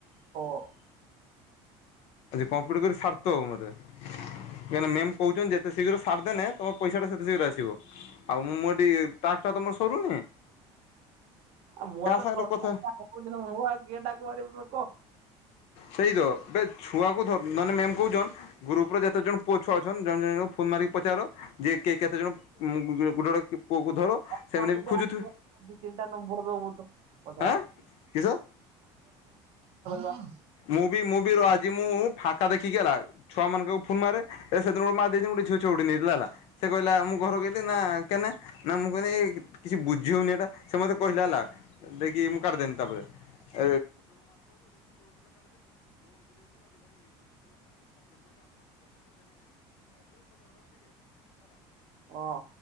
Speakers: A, on the right (about 55°); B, on the left (about 60°).
A: ହୋ।
B: ଆଜି କମ୍ପ୍ଲିଟ୍ କରି ସାରଥିବୁ <unintelligible> କାଇଁକିନା ମେମ୍ କହୁଚନ୍ତି ଯେତେ ଶୀଘ୍ର ସାରଦେନେ ତମ ପଇସା ଟା ସେତେ ଶୀଘ୍ର ଆସିବ। ଆଉ ମୁଁ ଏଠି ଟାସ୍କ୍ ଟା ତମର ସରୁନି।
A: <unintelligible>
B: କାହା ସାଙ୍ଗରେ କଥା ସେଇ ତ ବେ ଛୁଆକୁ <unintelligible> କହୁଛନ୍ ଗ୍ରୁପ୍ ର ଯେତେ ଜଣ ପୁଅ ଛୁଆ ଅଛନ୍ ଜଣ ଜଣଙ୍କୁ ଫୋନ୍ ମାରିକି ପଚାର। <unintelligible> ପୁଅକୁ ଧର।
A: ହଁ ମୋର
B: ସେମାନେ
A: ଯଦି
B: ବି ଖୋଜୁଥିବେ
A: ଆସିବ ଦି ତିନିଟା ନମ୍ବର ଦବୁ ତ କଥା
B: ଆଁ
A: ହବା।
B: କିସ
A: <unintelligible>
B: ମୁଁ ବି ମୁଁ ବି ର ଆଜି ମୁଁ ଫାଙ୍କା ଦେଖିକି ହେଲା ଛୁଆମାନଙ୍କୁ ଫୋନ୍ ମାରେ ଏ ସେଦିନ <unintelligible> <unintelligible> ସେ କହିଲା ମୁଁ ଘରକୁ କହିଲି ନା କେନେ ନା ମୁଁ କହିଲି କିଛି ବୁଝିହଉନି ଏଇଟା ସେ ମୋତେ କହିଲା ହେଲା ଦେଇକି ମୁଁ କାଟିିଦେନି ତାପରେ। <unintelligible> <unintelligible>
A: ହଁ